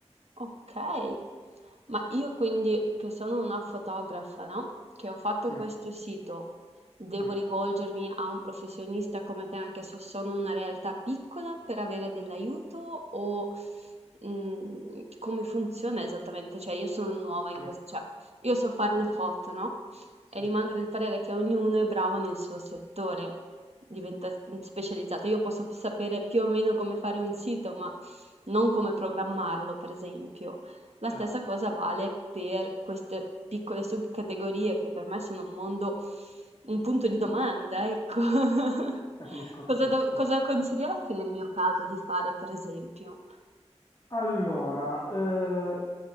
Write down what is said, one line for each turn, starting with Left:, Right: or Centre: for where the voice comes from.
Right: Okay. Ma io quindi che sono una fotografa, no, che ho fatto
Left: Sì,
Right: questo sito, devo
Left: sì,
Right: rivolgermi a un professionista come te anche se sono una realtà piccola per avere dell'aiuto o mm, come funziona esattamente? Cioè io sono nuova in
Left: sì,
Right: questo, cioè io so fare le foto, no?
Left: sì,
Right: E rimango del parere che ognuno è bravo nel suo settore, diventa specializzato. Io posso sapere più o meno come fare un sito, ma non come programmarlo, per esempio. La
Left: certo,
Right: stessa cosa vale per queste piccole subcategorie che per me sono un mondo, un punto di domanda, ecco. <laughs>
Left: capisco,
Right: Cosa,
Left: capisco.
Right: do- cosa consiglieresti nel mio caso di fare, per esempio?
Left: Allora, eh,